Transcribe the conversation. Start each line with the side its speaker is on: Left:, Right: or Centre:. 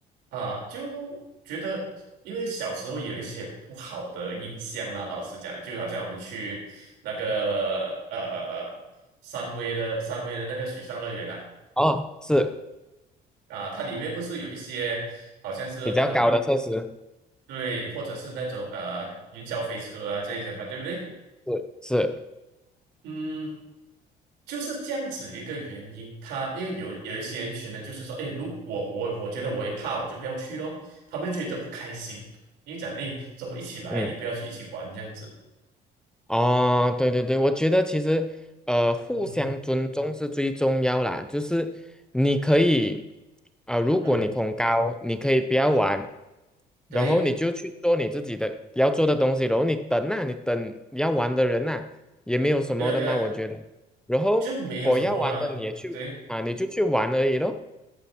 Right: 啊，就觉得，因为小时候有一些不好的印象啦，老实讲，就好像我们去那个呃呃呃呃三威的三威的那个水上乐园啊，
Centre: 哦，是
Right: 啊，它里面不是有一些好像是那种
Centre: 比较高的设施，
Right: 对，或者是那种呃云霄飞车啊这一些嘛，对不对？
Centre: 是是，
Right: 嗯，就是这样子一个原因。他因为有有一些人群呢，就是说，哎，如果我我觉得我一怕，我就不要去咯。他们觉得不开心，因为讲，哎，怎么一起来，
Centre: 嗯。
Right: 你不要去一起玩这样子。
Centre: 哦，对对对，我觉得其实呃，互相尊重是最重要啦。
Right: <laughs> 嗯哼哼，
Centre: 就是你可以啊、呃如果你恐高，
Right: 嗯哼，
Centre: 你可以不要玩，
Right: 对，
Centre: 然后你就去做你自己的要做的东西，然后你等啊，你等要玩的人呐、也没有什么的嘛，
Right: 对啊，对啊，
Centre: 我觉得。然后否要玩的你也去啊，
Right: 就没有什么啦。对，
Centre: 你就去玩而已咯。